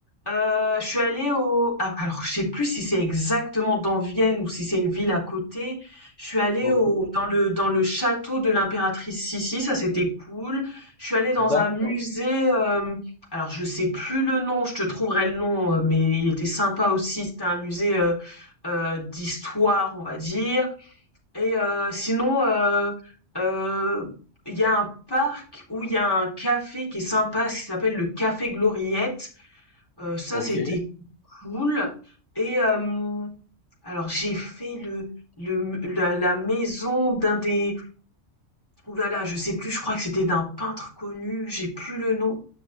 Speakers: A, on the left (about 20°); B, on the left (about 70°).
A: heu, je suis allée au a alors je sais plus si c'est exactement dans Vienne ou si c'est une ville à côté. Je suis allée
B: Ok,
A: au dans le dans le château de l'impératrice Sissi, ça c'était cool. Je suis allée dans
B: d'accord.
A: un musée, hem, alors je sais plus le nom, je te trouverai le nom, heu, mais il était sympa aussi. C'était un musée, heu heu, d'histoire, on va dire. Et euh, sinon, euh, euh, il y a un parc où il y a un café qui est sympa, qui s'appelle le Café Gloriette. Euh, ça,
B: Ok,
A: c'était cool. Et euh, alors, j'ai fait le, le la, la maison d'un des... Ouh là là, je sais plus, je crois que c'était d'un peintre connu, j'ai plus le nom.